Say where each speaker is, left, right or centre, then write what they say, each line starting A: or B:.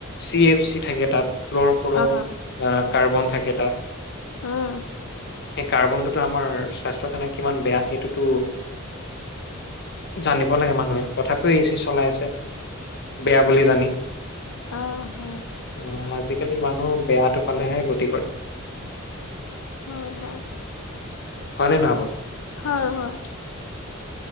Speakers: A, on the left; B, on the left.
A: চি এফ চি থাকে তাত ক্লৰফুৰ,
B: অ',
A: আহ কাৰ্বন থাকে তাত।
B: উম।
A: সেই কাৰ্বনটোতো আমাৰ স্বাস্থ্যৰ কাৰণে কিমান বেয়া সেইটোতো জানিব লাগে মানুহে, তথাপিও এ চি চলাই আছে। বেয়া বুলি জানি
B: অহ হয়
A: অ আজিকালি মানুহ বেয়াটো ফালেহে গতি কৰে
B: হয় হয়
A: হয় নে নহব
B: হয় হয়